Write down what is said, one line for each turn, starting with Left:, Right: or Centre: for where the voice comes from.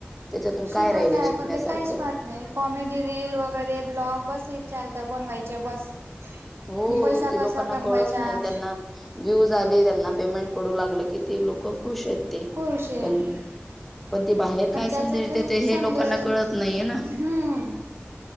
Centre: त्याच्यातून
Right: शिकवत
Centre: काय राहिलय
Right: आहे
Centre: शिकण्यासारखं.
Right: पण ते काहीच पाहत नाही कॉमेडी रील वगैरे ब्लॉग बस हे चालतं बनवायचे बस.
Centre: हो
Right: आणि पैसा
Centre: ते
Right: कसा
Centre: लोकांना
Right: कमवायचा
Centre: कळत नाही त्यांना व्ह्यू झाली त्यांना पेमेंट पडू लागलं की ते लोक खुश आहेत ते
Right: खुश आहे
Centre: पण पण ते बाहेर
Right: पण
Centre: काय संदेश
Right: त्याच्यातून
Centre: देते हे
Right: समजेल
Centre: लोकांना कळत नाहीये ना.
Right: हम्म